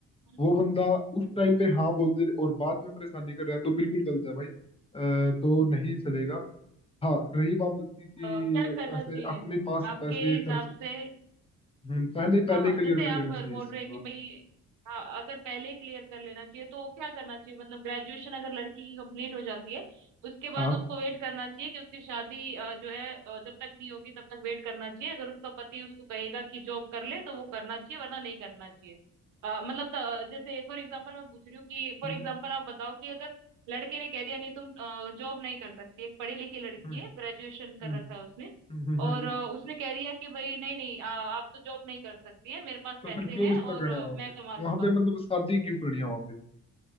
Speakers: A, on the right (about 85°); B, on the left (about 20°).
A: हम्म।
B: वो बंदा उस टाइम पे हाँ बोल दे और बाद में परेशानी कर रहा है तो बिल्कुल गलत है भाई अ, तो नहीं चलेगा हाँ रही बात उसकी कि
A: अ, क्या करना
B: पैसे
A: चाहिए
B: अपने पास
A: आपके
B: पैसे
A: हिसाब
B: खर्च
A: से
B: हम्म, पहले पहले
A: हाँ हाँ
B: ही
A: जैसे
B: क्लियर कर
A: आप
B: लेना चाहिए
A: बोल
B: इस
A: रहे
B: चीज
A: हैं
B: को
A: कि भाई हाँ अगर पहले क्लियर कर लेना चाहिए तो क्या करना चाहिए मतलब ग्रेजुएशन अगर लड़की की कंप्लीट हो जाती है उसके
B: हाँ
A: बाद उसको वेट करना चाहिए कि उसकी शादी अ, जो है अ, जब तक नहीं होगी तब तक वेट करना चाहिए अगर उसका पति उसको कहेगा कि जॉब कर ले तो वो करना चाहिए वरना नहीं करना चाहिए अ, मतलब त- जैसे फॉर एग्जाम्पल मैं पूछ रही हूँ कि फॉर
B: हम्म
A: एग्जाम्पल आप बताओ कि अगर लड़के ने कह दिया नहीं तुम जॉब नहीं कर सकती एक पढ़ी लिखी लड़की
B: हम्म
A: है ग्रेजुएशन कर
B: हम्म
A: रखा है उसने
B: हम्म हम्म, हम्म,
A: और
B: हम्म।
A: अ, उसने कह दिया कि भाई नहीं नहीं अ, आप तो जॉब नहीं कर सकती हैं मेरे पास
B: तो
A: पैसे
B: फिर क्यों
A: हैं
B: रिश्ता
A: और
B: करना
A: अ,
B: है वहां
A: मैं
B: पे
A: कमा लूंगा
B: वहां पे मतलब शादी क्यों करनी है वहां पे